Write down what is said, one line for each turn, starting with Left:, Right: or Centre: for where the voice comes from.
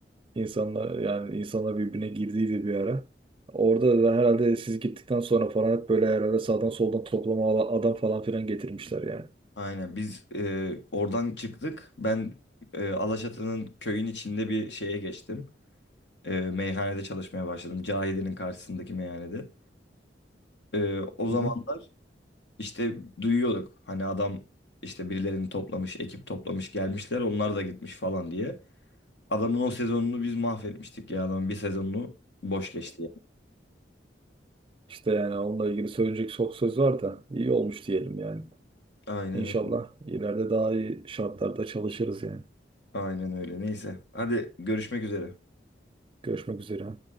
Right: İnsanlar yani insanlar birbirine girdiydi bir ara. Orada da herhalde siz gittikten sonra falan hep böyle herhalde sağdan soldan toplama ala- adam falan filan getirmişler yani.
Left: Aynen biz e, oradan çıktık. Ben e, Alaçatı'nın köyün içinde bir şeye geçtim. E, meyhanede çalışmaya başladım. Cahide'nin karşısındaki meyhanede. E, o zamanlar
Right: Hı
Left: işte duyuyorduk. Hani adam işte birilerini toplamış, ekip toplamış gelmişler. Onlar da gitmiş falan diye. Adamın o sezonunu biz mahvetmiştik ya. Adamın bir sezonunu boş geçti ya.
Right: İşte yani onunla ilgili söyleyecek çok söz var da iyi olmuş diyelim yani.
Left: Aynen,
Right: İnşallah ileride daha iyi şartlarda çalışırız yani.
Left: aynen öyle. Neyse. Hadi görüşmek üzere.
Right: Görüşmek üzere.